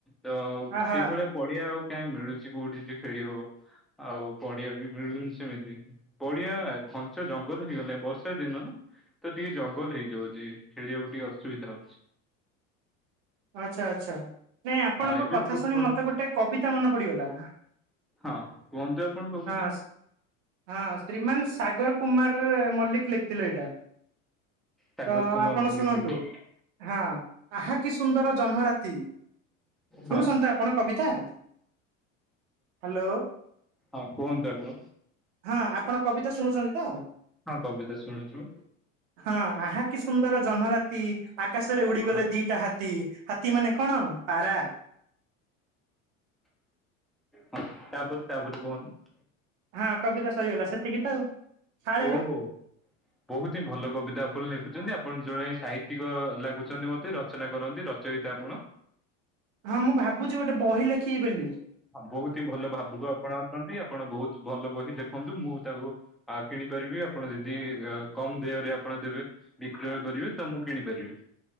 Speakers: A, in the centre; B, on the right.
A: ତ
B: ହ ହା
A: ସେଇଭଳିଆ ପଢଆ ଆଉ କାଇହିଁ ମିଳୁଛି କୋଉଠି ଯେ ଖେଳି ହବ ଆଉ ପଡିଆ ବି ମିଳୁନି ସେମିତି ପଡିଆ ଘଞ୍ଚ ଜଙ୍ଗଲ ହେଇଗଲାଣି ବର୍ଷା ଦିନ ନା ତ ଟିକେ ଜଙ୍ଗଲ ହେଇଯାଉଛି ଖେଳିବାକୁ ଟିକେ ଅ ସୁବିଧା ଅଛି
B: ଆଚଛା ଆଚ୍ଛା ନାଇଁ ଆପଣଙ୍କ
A: ହଁ ଏବେ
B: କଥା
A: ଫୁଟବଲ
B: ଶୁଣି ମତେ ଗୋଟେ କବିତା ମନେ ପଡିଗଲା
A: ହଁ କୁହନ୍ତୁ ଆପଣ କବୁଛ
B: ହଁ ହଁ ଶ୍ରୀମାନ ସାଗର କୁମାର ମଲ୍ଲିକ ଲେଖିଥିଲେ ଏଇଟା
A: ସାଗର
B: ତ
A: କୁମାର
B: ଆପଣ
A: ମଲ୍ଲିକ
B: ଶୁଣନ୍ତୁ
A: ଲେଖିଛି
B: ହଁ ଆ କି ସୁନ୍ଦର ଜହ୍ନ ରାତି ଶୁଣୁନ୍ତ
A: ହଁ
B: ଆପଣ କବିତା ହ୍ୟାଲୋ
A: ହଁ କୁହନ୍ତୁ ଆପଣ
B: ହଁ ଆପଣ କବିତା ଶୁଣୁଛନ୍ତି ତ
A: ହଁ ପବିତା୍ର ଶୁଣୁଛୁ
B: ହଁ ଆହା କି ସୁନ୍ଦର ଜହ୍ନ ରାତି ଆକାଶ ରେ ଉଡିଗଲେ
A: ହଁ
B: ଦିଟା ହାତ ହାତୀ ହାତୀ ମାନେ କଣ ପାରା
A: ହଉ ତାପ ତାପ କୁହନ୍ତୁ
B: ହଁ କବିତା ସରିଗଲା ସେତିକି ତ ଆଉ କାଳେ
A: ଓହୋ
B: ବା
A: ବହୁତ ହିଁ ଭଲ କବିତା ଲେଖୁଛନ୍ତି ଆପଣ ଜଣେ ସାହିତ୍ୟିକ ଲାଗୁଛନ୍ତି ମତେ ରଚନା କରନ୍ତି ରଚୟତା ଆପଣ
B: ହଁ ମୁଁ ଭାବୁଛି ଗୋଟେ ବହି ଲେଖି ବୋଲିି
A: ହଁ ବହୁତ ହିଁ ଭଲ ଭାବୁକ ଆପଣ ଅଛନ୍ତି ଆପଣ ବହୁତ ଭଲ ବହି ଲେଖନ୍ତୁ ମୁଁ ତାକୁ କିଣିପାରିବି ଆପଣ ଯଦି କମ ଦେହରେ ଆଣ ଦେବେ ବିକ୍ରୟ କରିବେ ତମକୁ କିଣିପାରିବେ